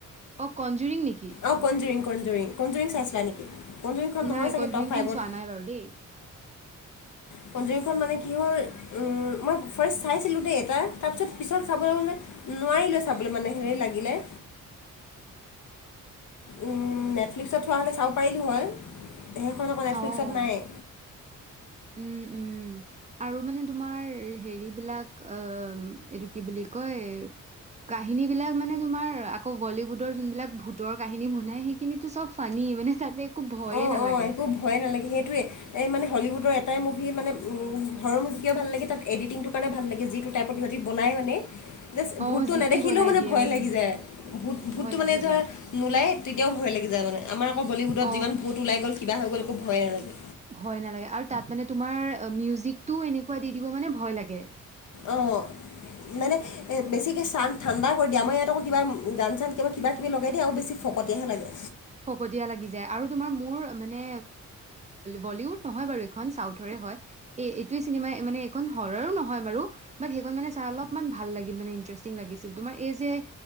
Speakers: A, on the right; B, on the left.
A: অ কনজুৰিং নেকি
B: অ কনুৰিং কনজুৰিং কনজুৰিং চাইছা নেকি কনজুৰিংখন নহয়
A: নাই
B: চাগে
A: কনজুৰিং
B: টপ ফাইভত
A: খন চোৱা নাই বাৰু দেই
B: কনজুৰিখন মানে কি হ'ল মই ফাৰ্ষ্ট চাইছিলোঁ দেই এটা তাৰপিছত পিছত চাবলৈ গ'লে নোৱাৰিলো চাবলৈ মানে হেনে লাগিলে উম নেটফ্লিক্সত হোৱা হলে চাব পাৰিলো হয় সেইখন আকৌ নেটফ্লিক্সত
A: অ
B: নাই
A: উম উম আৰু মানে তোমাৰ হেৰি বিলাক অহ এইটো কি বুলি কয় কাহিনী বিলাক মানে তোমাৰ আকৌ বলিউডৰ যোনবিলাক ভূতৰ কাহিনী বনাই সেই খিনিতো চব ফানি মানে তাতে একো ভয়ে
B: অঁ
A: নালাগে
B: অঁ একো ভয়ে নালাগে সেইটোৱে এই মানে হলিউডৰ এটাই মুভি মানে হৰৰ মুভি ভাল লাগে তাত এডিটিংটোৰ কাৰণে ভাল লাগে যিটো টাইপ প্ৰতিভা তি বনাই মানে জাষ্ট
A: অ
B: ভোটটো
A: জিতি
B: নেদেখিলেও
A: বনাই
B: মানে
A: দিয়ে
B: ভয়
A: উম
B: লাগি যায় ভোত ভোটটো
A: ভয়
B: মানে
A: লাগি
B: ধৰ
A: যায়
B: নোলাই তেতিয়াও ভয় লাগি যায় মানে আমাৰ আকৌ বলিউডত
A: অ
B: যিমান ভোট ওলাই গল কিবা হৈ গ'ল একো ভয় নালাগে
A: ভয় নালাগে আৰু তাত মানে তোমাৰ মিউজিকটো এনেকোৱা দি দিব মানে ভয় লাগে
B: অ মানে এ বেছিকে চান ঠাণ্ডা কৰি দিয় আমাৰ ইয়াত আক কিবা গান চান কিবা কিবা কিবি লগাই দিয়া আৰু বেছি ফকটীয়াহে লাগে
A: ফকতীয়া লাগি যায় আৰু তোমাৰ মোৰ মানে বলীউড নহয় বাৰু এইখন চাউথৰে হয় এ এইটোৱে চিনেমা মেখন হৰৰো নহয় বাৰু বাত সেইখন মানে চাই অলপমান ভাল লাগিল মানে মেচিন লাগিছিল। তোমাৰ এ যে